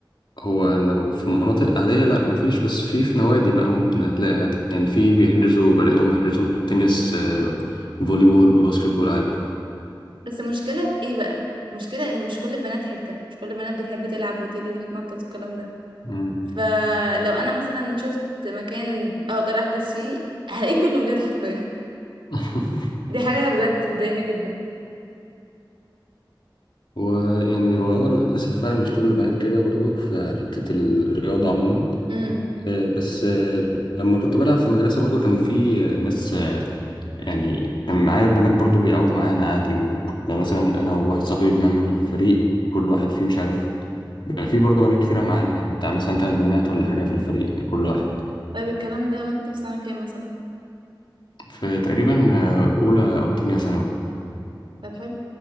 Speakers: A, on the left; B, on the right.
A: هو لو في مناطق عادية لأ مفيش بس في في نوادي بقى ممكن هتلاقي عادي يعني في بيحجزوا بلاقيهم بيحجزوا تنس آه، فولي بول باسكت بول عادي
B: بس المشكلة في ايه بقى المشكلة ان مش كل البنات حركة مش كل البنات بتحب تلعب وتجري وتتنطط والكلام ده
A: مم.
B: فلو انا مثلا شفت مكان اقدر احجز فيه هلاقيه كل الولاد حرفيا
A: <laughs>
B: <laughs> دي حاجة بجد بتضايقني جدا
A: ويعني هو اه للأسف فعلا مش كل البنات كده برضو في حتة الرياضة عموما
B: امم
A: آه، بس آه، لما كنت بلعب في المدرسة برضو كان في آه، ناس آه، يعني كان معايا بنات برضو بيلعبوا معانا عادي وكنا مثلا أنا وواحد صاحبي بنعمل فريق كل واحد فيه مش عارف بيبقى في برضو بنات كتيرة معانا يعني بتاع مثلا تلات بنات ولا حاجة في الفريق كل واحد
B: طيب الكلام ده وانت في سنة كام مثلا
A: فتقريبا آه، أولى أو تانية ثانوي
B: طب حلو